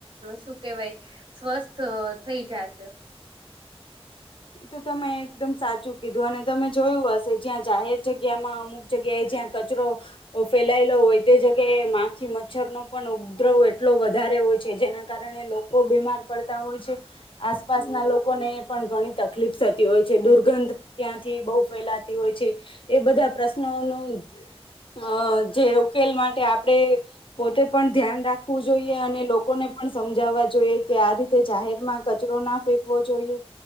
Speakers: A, on the right; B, on the left.
A: શું કેવાય સ્વસ્થ થઈ જશે
B: તો તમે એકદમ સાચું કીધું, અને તમે જોયું હશે, જ્યાં જાહેર જગ્યામાં અમુક જગ્યાએ જ્યાં કચરો ફેલાયેલો હોય તે જગ્યાએ, માખી મચ્છર નો પણ ઉપદ્રવ એટલો વધારે હોય. હોય છે, જેના કારણે લોકો બીમાર પડતા હોય છે, આસપાસના લોકોને પણ ઘણી તકલીફ થતી હોય છે. દુર્ગંધ ત્યાંથી બહુ ફેલાતી હોય છે. એ બધા પ્રશ્નો ઓનું અ, જે ઉકેલ માટે આપડે પોતે પણ ધ્યાન રાખવું જોઈએ, અને લોકોને પણ સમજાવવા જોઈએ કે, આ રીતે જાહેર માં કચરો ના ફેંકવો જોઈએ.